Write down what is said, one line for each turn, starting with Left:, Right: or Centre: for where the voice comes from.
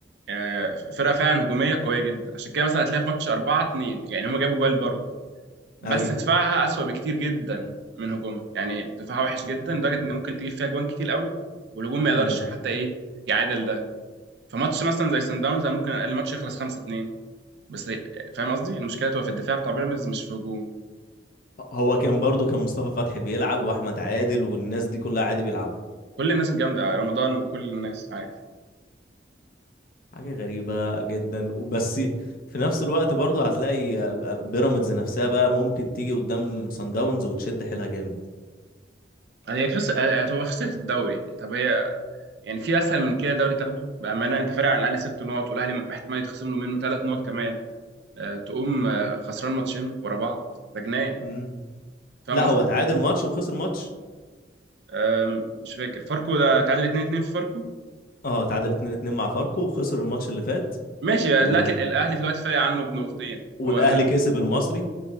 Right: آه، فرقة فعلا هجومية قوية جدا عشان كده مثلا هتلاقي في ماتش 4 2 يعني هما جابوا جوال برضه بس
Left: ايوه
Right: دفاعها أسوأ بكتير جدا من هجومها يعني دفاعها وحش جدا لدرجة ان ممكن تجيب فيها جوان كتير قوي والهجوم ما يقدرش
Left: امم
Right: حتى ايه يعادل ده فماتش مثلا زي سان داونز أنا ممكن الماتش يخلص 5 بس فاهم قصدي المشكله تبقى في الدفاع بتاع بيراميدز مش في هجوم
Left: هو كان برضه كان مصطفى فتحي بيلعب واحمد عادل والناس دي كلها عادي بيلعبوا
Right: كل الناس الجامده آه، رمضان وكل الناس عادي
Left: حاجة غريبة جدا وبس في نفس الوقت برضه هتلاقي بيراميدز نفسها بقى ممكن تيجي قدام سان داونز وتشد حيلها جامد
Right: هي خس... هو خسرت الدوري طب هي يعني في اسهل من كده دوري تاخده بامانه انت فارق عن الاهلي ست نقط والاهلي احتمال يتخصم له منه ثلاث نقط كمان أه تقوم آه، خسران ماتشين ورا بعض ده جنان
Left: مم.
Right: فاهم
Left: لا
Right: قصدي
Left: هو تعادل ماتش وخسر ماتش
Right: آم، مش فاكر فاركو ده تعادل 2-2 في فاركو
Left: اه تعادل 2-2 مع فاركو وخسر الماتش اللي فات
Right: ماشي
Left: و...
Right: دلوقتي ال- الاهلي دلوقتي فارق عنه بنقطتين
Left: و... والاهلي
Right: هو
Left: كسب المصري